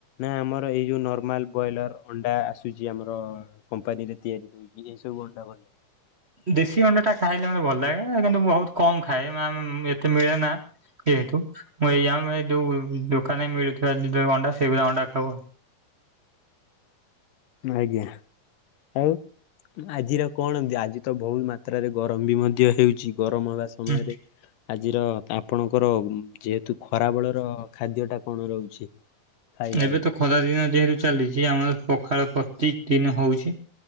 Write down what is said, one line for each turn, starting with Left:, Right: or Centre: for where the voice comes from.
Left: ନା ଆମର ଏଇ ଯୋଉ ନର୍ମାଲ ବଇଲର? ଅଣ୍ଡା ଆସୁଛି ଆମର କମ୍ପାନୀରେ ତିଆରି ହୋଇକି ଏସବୁ ଅଣ୍ଡା କରି
Right: ଦେଶୀ ଅଣ୍ଡା ଟା ଖାଇଲେ ମତେ ଭଲ ଲାଗେ କିନ୍ତୁ ବହୁତ କମ ଖାଏ ଏତେ ମିଳେ ନା। ଯେହେତୁ ମୁଁ ଏଇଆ ଯୋଉ ଦୋକାନରେ ମିଳୁଥିବା ଅଣ୍ଡା ସେଇ ଅଣ୍ଡା ଖାଉ।
Left: ଆଜ୍ଞା। ଆଉ ଆଜିର କଣ ଏ ଆଜି ତ ବହୁତ ମାତ୍ରାରେ ଗରମ ବି ମଧ୍ୟ ହେଉଛି। ଗରମ ହେବା ସମୟରେ
Right: ହୁଁ
Left: ଆଜିର ଆପଣଙ୍କର ଯେହେତୁ ଖରା ବେଳର ଖାଦ୍ୟ ଟା କଣ ରହୁଛି? ଖାଇବା
Right: ଏବେ
Left: ଲାଗି।
Right: ତ ଖରା ଦିନ ଯେହେତୁ ଚାଲିଛି ଆମର ପଖାଳ ପ୍ରତି ଦିନ ହଉଛି